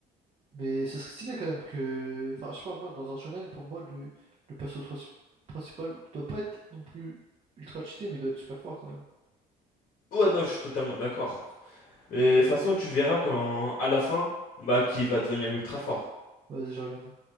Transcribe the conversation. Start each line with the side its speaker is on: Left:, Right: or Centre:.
Right: Mais ce serait stylé quand même que. Enfin, je sais pas, moi, dans un shonen, pour moi, le, le perso princi- principal doit pas être non plus ultra cheaté, mais doit être super fort quand même.
Left: Ouais, non, je suis totalement d'accord. Mais de toute façon, tu verras quand, à la fin, bah, qu'il va devenir ultra fort.
Right: Vas-y, je regarde.